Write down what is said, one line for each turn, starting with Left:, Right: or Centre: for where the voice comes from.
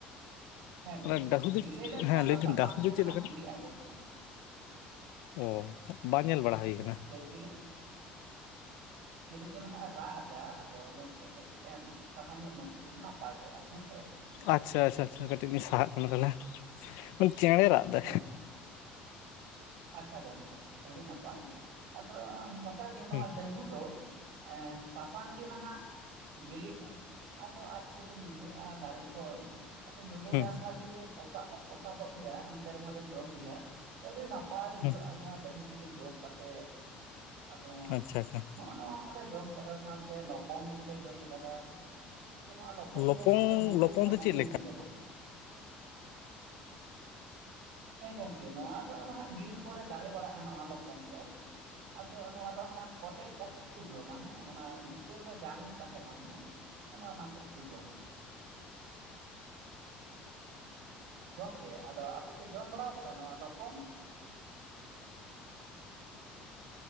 Right: ᱦᱮᱸ ᱜᱚᱝᱠᱮ
Left: ᱚᱱᱟ ᱰᱟᱹᱦᱩ ᱫᱚ
Right: ᱵᱤᱞᱤ ᱞᱮᱱᱠᱷᱟᱱ
Left: ᱦᱮᱸ ᱞᱟᱹᱭᱫᱟᱹᱧ
Right: ᱫᱚ ᱥᱟᱥᱟᱝ
Left: ᱰᱟᱹᱦᱩ ᱫᱚ
Right: ᱜᱮ ᱱᱟᱦᱟᱜ
Left: ᱪᱮᱫ ᱞᱮᱠᱟᱱᱟ
Right: ᱵᱤᱞᱤᱜᱼᱟ ᱜᱚᱝᱠᱮ ᱱᱚᱣᱟ ᱫᱚ
Left: ᱚ ᱵᱟᱝ ᱧᱮᱞ ᱵᱟᱲᱟ ᱦᱩᱭ ᱠᱟᱱᱟ
Right: <unintelligible> ᱪᱮᱞᱤ ᱪᱚ ᱱᱟᱦᱟᱸᱜ ᱮ ᱨᱟᱜ ᱮᱫᱟ ᱟᱫᱚ ᱜᱚᱝᱠᱮ ᱠᱟᱹᱴᱤᱡ ᱮᱢ ᱥᱟᱦᱟ ᱧᱚᱜ ᱞᱮᱱᱠᱷᱟᱱ ᱱᱟᱯᱟᱭ ᱠᱚᱜᱼᱟ ᱦᱮᱸᱥᱮ
Left: ᱟᱪᱪᱷᱟ ᱟᱪᱪᱷᱟ ᱠᱟᱹᱴᱤᱡ ᱞᱤᱧ ᱥᱟᱦᱟᱜ ᱠᱟᱱᱟ ᱛᱟᱦᱞᱮ <unintelligible> ᱪᱮᱬᱮ ᱨᱟᱜ ᱫᱟ
Right: ᱦᱮᱸ ᱟᱪᱪᱷᱟ ᱜᱚᱝᱠᱮ ᱟᱹᱰᱤ ᱱᱟᱯᱟᱭ ᱟᱫᱚ ᱱᱟᱯᱟᱭ ᱫᱚ ᱱᱟᱦᱟᱜ
Left: ᱦᱩᱸ
Right: ᱵᱟ. ᱧ ᱫᱚ ᱮ ᱥᱟᱥᱟᱝ ᱜᱮ ᱱᱟᱦᱟᱜ ᱵᱤᱞᱤᱜᱼᱟ ᱟᱫᱚ ᱟᱡᱛᱮᱜᱮ ᱧᱩᱨᱦᱩᱜᱼᱟ ᱫᱟᱨᱮ ᱠᱷᱚᱱ ᱟᱫᱚ ᱧᱩᱨᱩ
Left: ᱦᱩᱸ
Right: ᱠᱷᱟᱱᱜᱮ ᱯᱚᱥᱟᱜ ᱫᱚ ᱯᱚᱥᱟᱜᱚᱜ ᱜᱮᱭᱟ ᱮᱱᱛᱮ ᱨᱮᱦᱚᱸ ᱞᱮ ᱡᱚᱢ ᱜᱮᱭᱟ ᱟᱹᱰᱤ ᱱᱟᱼᱼ ᱯᱟᱭ ᱵᱩᱡᱷᱟᱹᱜᱼᱟ
Left: ᱦᱩᱸ
Right: ᱱᱚᱣᱟ ᱰᱟᱹᱦᱩ ᱵᱤᱞᱤ ᱡᱚᱢ ᱠᱟᱛᱮ ᱟᱫᱚ
Left: ᱟᱪᱪᱷᱟ ᱟᱪᱪᱷᱟ
Right: ᱦᱚᱜᱼᱚ ᱱᱚᱣᱟ ᱠᱚᱞᱮ ᱡᱚᱢ ᱠᱟᱫᱟ ᱥᱟᱶᱛᱮ ᱞᱟᱯᱟᱝ <unintelligible> ᱠᱚᱞᱮ ᱡᱚᱢ ᱟᱠᱟᱫᱟ ᱚᱱᱟ ᱫᱚᱵᱚᱱ
Left: ᱞᱚᱯᱚᱝ
Right: ᱡᱚᱢ ᱨᱮᱫᱚ ᱵᱩᱵᱩᱞ
Left: ᱞᱚᱯᱚᱝ
Right: ᱦᱚᱸ
Left: ᱫᱚ
Right: ᱵᱩᱵᱩᱞ
Left: ᱪᱮᱫ ᱞᱮᱠᱟ
Right: ᱜᱮᱭᱟ ᱜᱚᱝ ᱦᱮᱸ ᱜᱚᱝᱠᱮ ᱱᱚᱣᱟ ᱫᱚ ᱱᱟᱦᱟᱜ ᱵᱤᱨ ᱠᱚᱨᱮ ᱫᱟᱨᱮ ᱵᱟᱲᱟᱜᱼᱟ ᱱᱚᱣᱟ ᱞᱚᱯᱚᱝ ᱫᱚ ᱟᱫᱚ ᱱᱚᱣᱟ ᱫᱚ ᱦᱟᱱᱟ ᱠᱚᱴᱮᱡ ᱠᱟᱛᱮᱜ ᱠᱚ ᱡᱚᱢᱟ ᱦᱮᱸ ᱚᱱᱟ ᱵᱷᱤᱛᱟᱹᱨ ᱨᱮ ᱡᱟᱝ ᱛᱟᱦᱮᱱᱟ ᱱᱟᱜ ᱚᱱᱮ ᱚᱱᱟ ᱠᱟᱹᱡ ᱠᱚ ᱡᱚᱢᱟ ᱜᱚᱝᱠᱮ ᱟᱫᱚ ᱟᱯᱮᱯᱮ ᱡᱚᱢ ᱵᱟᱲᱟ ᱟᱠᱟᱫᱟ ᱱᱚᱣᱟ ᱞᱚᱯᱚᱝ